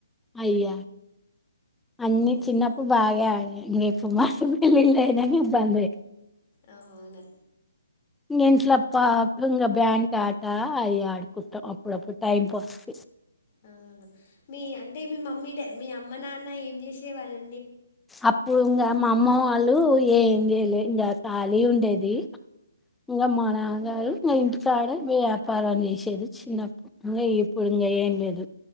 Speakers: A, in the centre; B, on the left.
A: అయ్య అన్నీ
B: అవునా
A: చిన్నప్పుడు బాగే ఆడేది మీకు మస్త్ వుంది నీళ్ళు లేవని బంద్ అయింది.
B: ఆ అవునా
A: ఇంగ ఇంట్ల పా ఇంగ బ్యాం ఆటా అయ్యే ఆడుకుట్టాం టై పా కి
B: ఆా మీ అంటే మీ మమ్మీ మీ అమ్మ నాన్న ఏం చేసే వాళ్ళు
A: అప్పుడు ఇంకా మా అమ్మ వాళ్ళు ఏంలే ఇంకా ఖాళీ ఉండేది ఇగ మా నాన్నగారు మా ఇంటికా గా వ్యాపారం చేసేది చిన్నప్పుడు ఇంకా ఎప్పుడూ ఇగ ఏం లేదు